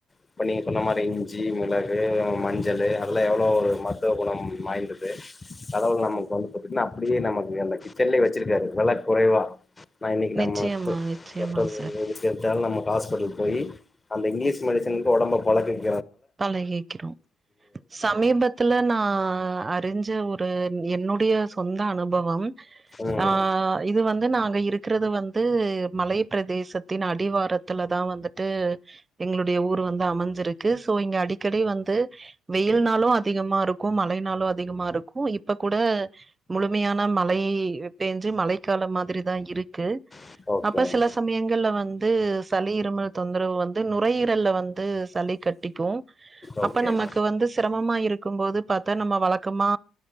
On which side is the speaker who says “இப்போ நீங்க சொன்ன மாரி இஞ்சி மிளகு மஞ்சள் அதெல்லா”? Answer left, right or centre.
Left